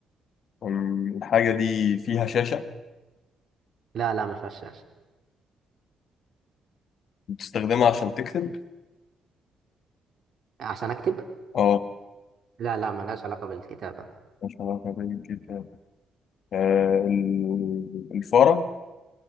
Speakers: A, on the left; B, on the right.
A: أم، الحاجة دي فيها شاشة
B: لا لا ما فيهاش شاشة
A: بتستخدمها عشان تكتب
B: عشان أكتب
A: اه
B: لا لا ملهاش علاقة بالكتابة
A: مش علاقة بالكتاب آه، ال- الفارة